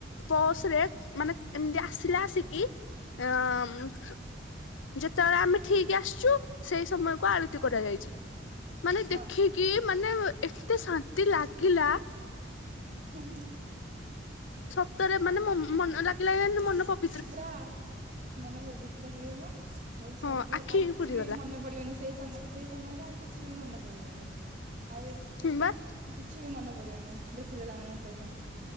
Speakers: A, on the left; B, on the right.
A: ବସରେ ମାନେ ଏମତି ଆସିଲା ଆସିକି ଏ ଅଁ ଉଁ ଯେତେବେଳେ ଆମେ ଠିକି ଆସିଚୁ ସେଇ ସମୟକୁ ଆଳତି କରାଯାଇଛି ମାନେ
B: ହଁ
A: ଦେଖି କି ମାନେ ଉ ଏତେ ଶାନ୍ତି ଲାଗିଲା
B: ହୁଁ ହୁଁ।
A: ସତରେ ମାନେ ମୋ ମନ ଲାଗିଲା ଏନ୍ତି ମନ ପ
B: ପୁରା ମନ ପବିତ୍ର ହେଇଗଲା ଆଉ ସବୁ
A: ହଁ ଆଖି
B: ଆଉ କିଛି
A: ପୁରିଗଲା
B: ବି ମନେ ପିଡିବନି ସେଇ ସମ ସେଇ ସମୟରେ ଆଉ କିଛି ବି ମନ ପଡିବନି ଆଉ
A: ହୁଁ ବା।
B: କିଛି ବି ମନେ ପଡିବନି ଦେଖିଦେଲା ମାନେ ପ୍ରଭୁଙ୍କୁ।